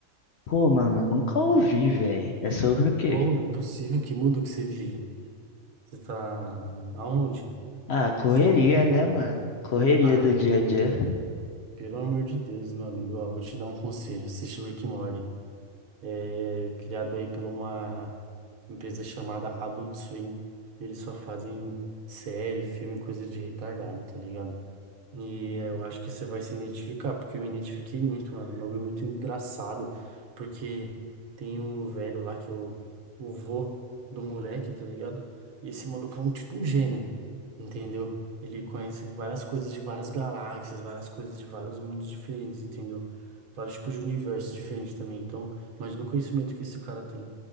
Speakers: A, on the left (about 65°); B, on the right (about 80°).
A: Pô, mano, eu nunca ouvi, velho. É sobre o quê?
B: Ô, não é possível, que mundo que você vive. Você tá aonde?
A: Ah, correria,
B: Escondido?
A: né, mano? Correria
B: Ah,
A: do
B: corrido.
A: dia a dia.
B: Pelo amor de Deus, meu amigo, ó, vou te dar um conselho, assiste Rick and Morty. é criado aí por uma empresa chamada Adult Swim. E eles só fazem série, filme, coisa de retardado, tá ligado? E eu acho que você vai se identificar, porque eu me identifiquei muito, mano. É um bagulho muito engraçado. Porque tem um velho lá que é o, o vô do moleque, tá ligado? E esse maluco é um tipo um gênio, entendeu? Ele conhece várias coisas de várias galáxias, várias coisas de vários mundos diferentes, entendeu? Vários tipos de universos diferentes também. Então, imagina o conhecimento que esse cara tem.